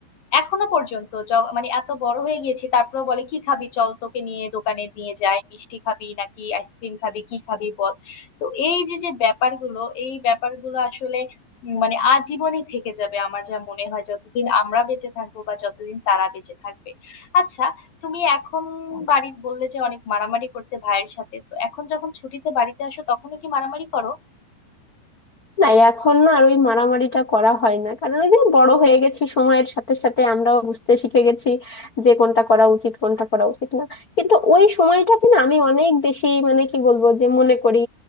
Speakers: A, on the left (about 50°); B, on the left (about 75°).
A: এখনো পর্যন্ত য- মানে এত বড় হয়ে গিয়েছি তারপরে বলে কি খাবি চল তোকে নিয়ে দোকানে নিয়ে যাই মিষ্টি খাবি নাকি আইসক্রিম খাবি কি খাবি বল তো এই যে যে ব্যাপারগুলো এই ব্যাপারগুলো আসলে উম, মানে আজীবনই থেকে যাবে আমার যা মনে হয় যতদিন আমরা বেঁচে থাকবো বা যতদিন তারা বেঁচে থাকবে আচ্ছা তুমি এখন বাড়ির বললে যে অনেক মারামারি করতে ভাইয়ের সাথে তো এখন যখন ছুটিতে বাড়িতে আসো তখনই কি মারামারি করো
B: না এখন না আর ওই মারামারিটা করা হয় না কারণ ওই যে বড় হয়ে গেছি সময়ের সাথে সাথে আমরাও বুঝতে শিখে গেছি যে কোনটা করা উচিত কোনটা করা উচিত না কিন্তু ওই সময়টাকে না আমি অনেক বেশি মানে কি বলবো যে মনে করি